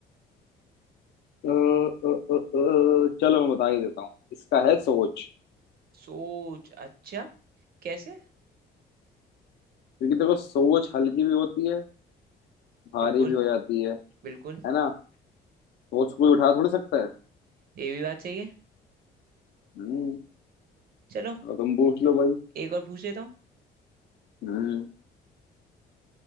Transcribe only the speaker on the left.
अ, अ, अ, अ, चलो मैं बता ही देता हूँ इसका है सोच
क्योंकि देखो सोच हल्की भी होती है भारी
भी हो जाती है
है ना सोच कोई उठा थोड़ी सकता है
हम्म
अब तुम पूछ लो भाई
हम्म